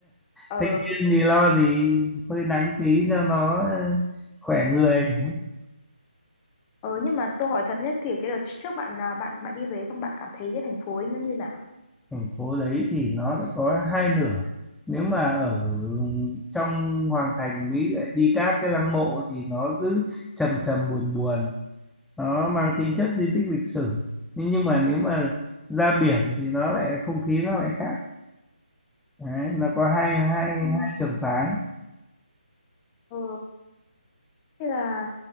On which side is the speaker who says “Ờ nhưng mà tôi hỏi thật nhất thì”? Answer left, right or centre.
Left